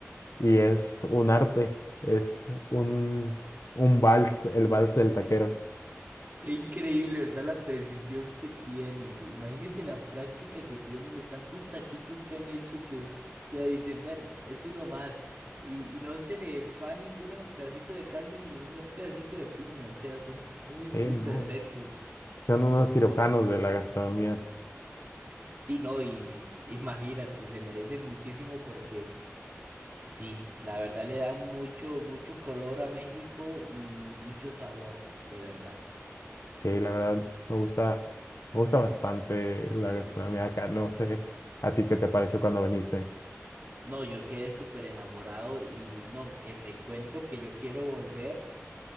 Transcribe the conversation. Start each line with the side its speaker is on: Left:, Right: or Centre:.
Left: Y es un arte, es un, un vals, el vals del taquero.
Right: Qué increíble, ¿verdad? La precisión que tienen. Imagínense la práctica que tienen de tantos taquitos que han hecho que ya dicen, bueno, es uno más. Y, y no se le va ningún pedacito de carne ni un pedacito de piña. O sea, son muy, muy
Left: Sí, no.
Right: perfectos.
Left: Son unos cirujanos de la gastronomía.
Right: Sí, no, y <laughs> imagínate, se merece muchísimo porque sí, la verdad le dan mucho, mucho color a México y mucho sabor, de verdad.
Left: Sí, la verdad, me gusta, me gusta bastante la gastronomía acá. No sé a ti qué te pareció cuando viniste.
Right: No, yo quedé súper enamorado y no, que te cuento que yo quiero volver,